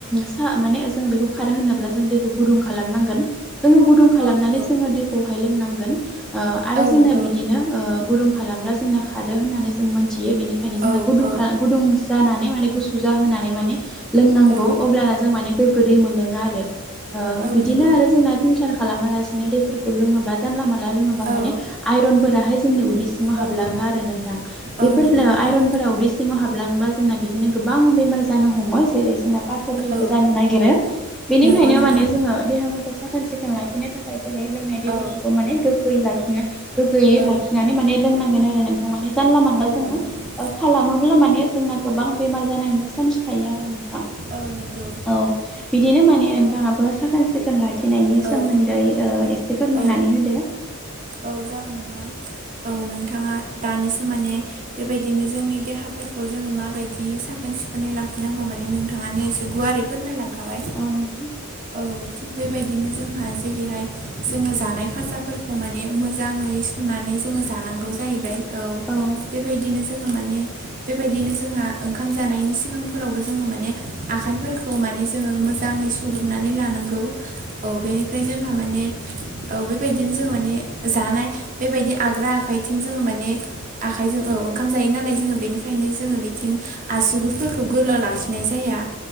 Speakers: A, in the centre; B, on the right.
A: सा माने जों बेखौ खारो होनोब्ला जों दैखौ गुदुं खालामनांगोन जोङो गुदुं खालामनानै
B: औ नंगौ
A: जोङो दैखौहाय लोंनांगोन ओ आरो
B: औ
A: जोंना
B: नंगौ
A: बिदिनो ओ गुदुं खालामब्ला जोंना खारो होननानै जों मोनथियो बेनि ओंखायनो जोंना
B: औ
A: गुदुं
B: औ
A: खाला गुदुं जानानै माने गुसु जाहोनानै माने लोंनांगौ
B: औ नंगौ
A: अब्लाना जों माने गोग्गो दै मोनलोङो आरो
B: औ
A: बिदिनो
B: नंगौ
A: आरो जोंना फिल्टार खालामालासिनो दैफोरखौ लोङोबा जानला मानला लोङोबा
B: औ
A: माने आइरनफोराहाय जोंनि उदै सिङाव हाबलाङो
B: औ औ
A: आरो नोंथां
B: औ
A: बेफोर
B: नंगौ
A: जोंना
B: नोंथां
A: आइरनफोरा उदै सिङाव हाबलाङोब्ला जोंना बिदिनो गोबां बेमार जानो हमो जेरै जोंना पाथरफोरबो
B: औ
A: जानो नागिरो बेनिखायनो
B: नंगौ नोंथां
A: माने जोङो देहाफोरखौ साखोन सिखोन लाखिनो थाखाय जेरै लोंनाय दैफोरखौबो
B: औ
A: माने गोग्गोयै लाखिनो गोगोयै
B: औ
A: लाखिनानै माने लोंनांगोन आरो नोंथां माने जानला मानला
B: औ
A: जोङो
B: नंगौ नोंथां
A: खालामोब्ला माने जोंना गोबां बेमार जानायनि चान्स थायो आरो नोंथां
B: औ नंगौ
A: औ बिदिनो माने नोंथाङाबो साखोन सिखोन लाखिनायनि सोमोन्दै
B: औ
A: ओ एसे फोरमायनानै
B: औ
A: होदो
B: औ जागोन नोंथां औ नोंथाङा दानिसो माने बेबायदिनो जोंनि देहाफोरखौ जोङो माबायदि साखोन सिखोनै लाखिनांगौ माने नोंथाङानो एसे गुवारै फोरमायलांखाबाय
A: औ नोंथां
B: औ थिग बेबायदिनो जोंहा जेरैहाय जोङो जानाय खाजाफोरखौ माने मोजाङै सुनानै जोङो जानांगौ जाहैबाय औ
A: औ
B: बेबायदिनो जोङो माने बेबायदिनो जोंहा ओंखाम जानायनि सिगांफोरावबो जोङो माने आखाइफोरखौ माने जोङो मोजाङै सुग्रोरनानै लानांगौ औ बेनिफ्राय जोंहा माने औ बेबायदिनो जों माने जानाय बेबायदि आग्रा आखाइथिं जोङो माने आखाइजों औ ओंखाम जायो नालाय जोङो बेनिखायनो जोङो बेथिं आसुगुरफोरखौ गोलाव लाखिनाय जाया